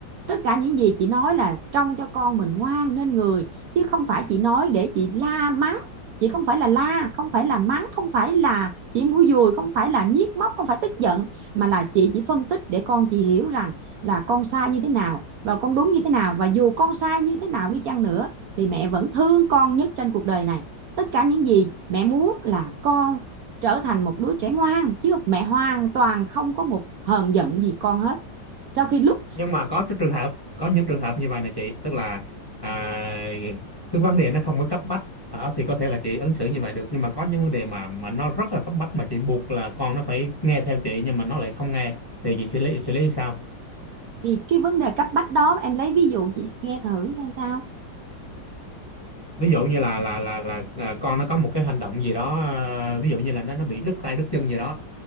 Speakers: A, on the right; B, on the left.
A: tất cả những gì chị nói là trong cho con mình ngoan nên người chứ không phải chị nói để chị la mắng chị không phải là la không phải là mắng không phải là chỉ mũi dùi không phải là nhiếc móc không phải tức giận mà là chị chỉ phân tích để con chị hiểu rằng là con sai như thế nào và con đúng như thế nào và dù con sai như thế nào đi chăng nữa thì mẹ vẫn thương con nhất trên cuộc đời này tất cả những gì mẹ muốn là con trở thành một đứa trẻ ngoan chứ mẹ hoàn toàn không có một hờn giận gì con hết sau khi lúc
B: nhưng mà có cái trường hợp có những trường hợp như vậy này chị tức là à, cái vấn đề nó không có cấp bách đó, thì có thể là chị ứng xử như vậy được nhưng mà có những vấn đề mà mà nó rất là cấp bách mà chị buộc là con nó phải nghe theo chị nhưng mà nó lại không nghe thì chị xử lý xử lý như sao
A: thì cái vấn đề cấp bách đó em lấy ví dụ chị nghe thử xem sao
B: ví dụ như là là là là à, con nó có một cái hành động gì đó à, ví dụ như là nó nó bị đứt tay đứt chân gì đó